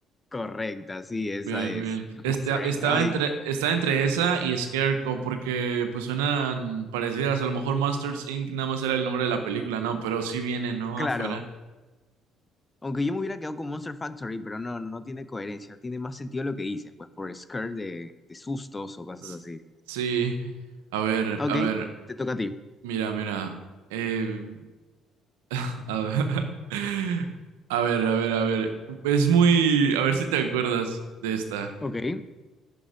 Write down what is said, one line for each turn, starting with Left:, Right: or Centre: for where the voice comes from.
Left: correcta, sí, esa
Right: Bien,
Left: es.
Right: bien.
Left: Monster
Right: Esta- estaba
Left: Inc. Ay,
Right: entre, estaba entre esa y Scarecrow porque pues suenan parecidas. A lo mejor Monsters Inc. nada más era el nombre de la película, ¿no? Pero sí viene, ¿no?
Left: claro.
Right: Afuera.
Left: Aunque yo me hubiera quedado con Monster Factory, pero no, no, no tiene coherencia. Tiene más sentido lo que dices, pues por scare de, de sustos o cosas
Right: S-
Left: así.
Right: Sí. A ver,
Left: Ok,
Right: a ver.
Left: te toca a ti.
Right: Mira, mira. Eh, <laughs> a ver. <laughs> A ver, a ver, a ver. Es muy... A ver si te acuerdas de esta.
Left: Ok.